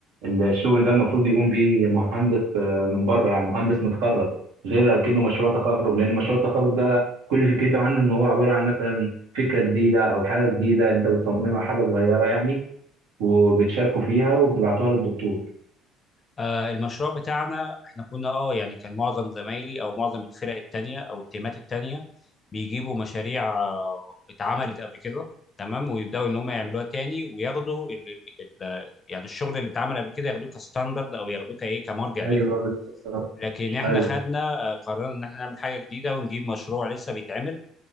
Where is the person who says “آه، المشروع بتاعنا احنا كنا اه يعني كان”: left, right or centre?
Left